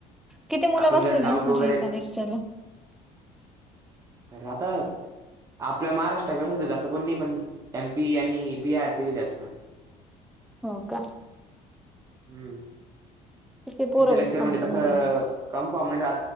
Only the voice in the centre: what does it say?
किती मुलं
बसलेले
असतात
एका लेक्चरला? <inaudible>
हो का?
किती पोरं
बसता
मग
तुम्ही तरी?